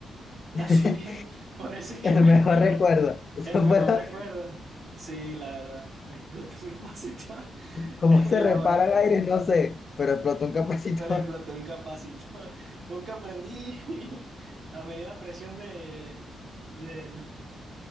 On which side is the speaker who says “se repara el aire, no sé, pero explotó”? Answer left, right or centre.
Left